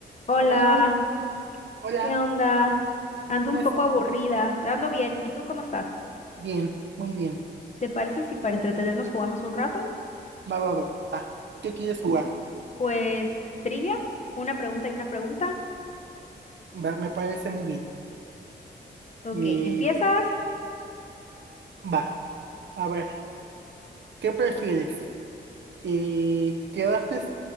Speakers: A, on the left (about 40°); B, on the right (about 80°).
A: Hola,
B: Hola, hola, hola,
A: ¿qué onda? Ando
B: ¿cómo
A: un poco
B: estás?
A: aburrida, ando bien. ¿Y tú cómo estás?
B: Bien, muy bien.
A: ¿Te parece si para entretenernos jugamos un rato?
B: Va, va, va, va. ¿Qué quieres jugar?
A: Pues trivia, una pregunta y una pregunta.
B: Va, me parece muy bien.
A: Ok,
B: Eh,
A: empiezas.
B: va, a ver, ¿qué prefieres? Eh, quedarte,